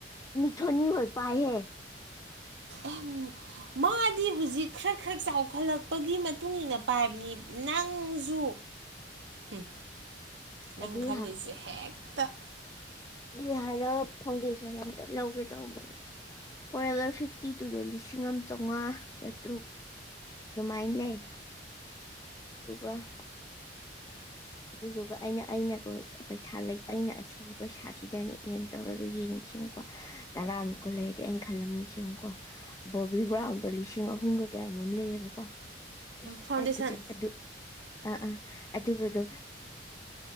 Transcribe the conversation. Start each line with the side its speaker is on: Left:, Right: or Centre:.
Left: ꯃꯤꯊꯅꯤ ꯍ ꯄꯥꯏꯍꯦ
Right: ꯑ ꯃꯥꯗꯤ ꯍꯧꯖꯤꯛ ꯈꯔ ꯈꯔ ꯆꯥꯎꯈꯠꯂꯛꯄꯒꯤ ꯃꯇꯨꯡ ꯃꯇꯨꯡꯏꯟꯅ ꯄꯥꯏꯕꯅꯤ ꯅꯪꯁꯨ ꯎ ꯅꯪ
Left: ꯑꯗꯨꯏ
Right: ꯈꯜꯂꯤꯁꯦ ꯍꯦꯛꯇ
Left: ꯕꯤꯍꯥꯔ ꯐꯥꯎꯟꯗꯦꯁꯟ ꯑꯝꯇ ꯂꯧꯒꯦ ꯇꯧꯕꯅꯦ ꯐꯣꯔ ꯍꯒꯔ ꯐꯤꯐꯇꯤ ꯇꯨꯗꯣ ꯂꯤꯁꯤꯡ ꯑꯃ ꯆꯥꯝꯃꯉꯥ ꯆꯥꯇ꯭ꯔꯨꯛ ꯑꯗꯨꯃꯥꯏꯅ ꯂꯩ ꯑꯗꯨꯒꯒꯥ ꯑꯗꯨꯗꯨꯒ ꯑꯩꯅ ꯑꯩꯅꯀꯣ ꯄꯩꯁꯥ ꯑꯩꯅ ꯑꯁꯤꯒꯤ ꯄꯩꯁꯥꯁꯤꯗꯩꯅ ꯑꯦꯝ ꯇꯧꯔꯒ ꯌꯦꯡꯉꯁꯤꯡꯉꯨꯀꯣ ꯇꯔꯥꯃꯨꯛꯀ ꯂꯩꯔꯗꯤ ꯑꯩꯅ ꯈꯜꯂꯝꯃꯤꯁꯤꯡꯉꯨꯀꯣ ꯕꯣꯕꯤ ꯕ꯭ꯔꯥꯎꯟꯗꯣ ꯂꯤꯁꯤꯡ ꯑꯍꯨꯝꯒ ꯀꯌꯥꯅꯣꯝ ꯂꯩꯌꯦꯕꯀꯣ ꯏꯩ
Right: ꯐꯥꯎꯟꯗꯦꯁꯟ
Left: ꯑꯗꯨ ꯑꯗꯨ ꯑ ꯑꯥ ꯑꯗꯨ ꯒ ꯗꯣ